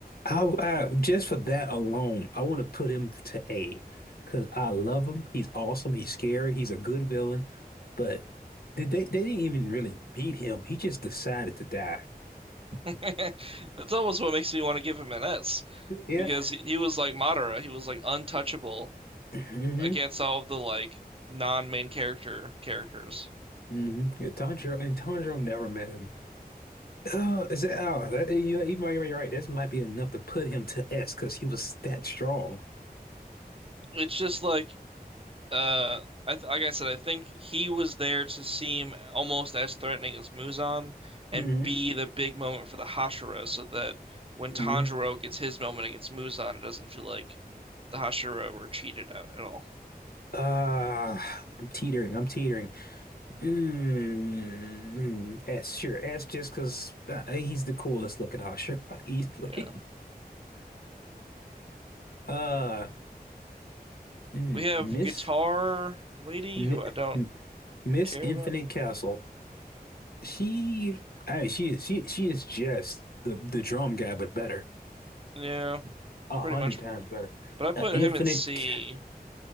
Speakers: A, on the left; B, on the right.
A: I, I just for that alone, I want to put him to A because I love him. He's awesome. He's scary. He's a good villain. But did they they didn't even really beat him. He just decided to die.
B: <laughs> That's almost what makes me want to give him an S
A: Yeah.
B: because he he was like Madara. He was like untouchable
A: hmm
B: against all of the like non-main character characters.
A: hmm Yeah, Tanjiro and Tanjiro never met him. Oh, is that, oh, that, you, you might be right. This might be enough to put him to S because he was that strong.
B: It's just like uh I th like I said, I think he was there to seem almost as threatening as Muzan and
A: Mm-hmm.
B: be the big moment for the Hashira so that when
A: hmm
B: Tanjiro gets his moment against Muzan, it doesn't feel like the Hashira were cheated out at all.
A: Uh, I'm teetering. I'm teetering. Mm, mm, S, sure. S just because uh, he's the coolest looking Hashira <laughs> easily.
B: Yeah.
A: Uh, mm,
B: We have
A: Miss
B: Guitar Lady
A: Mi,
B: who I don't
A: Miss
B: care
A: Infinite
B: about.
A: Castle. She, I mean, she is she she is just the the drum guy, but better,
B: Yeah.
A: a hundred
B: pretty much.
A: times better.
B: But I put
A: Uh, Infinite,
B: him in C.
A: C-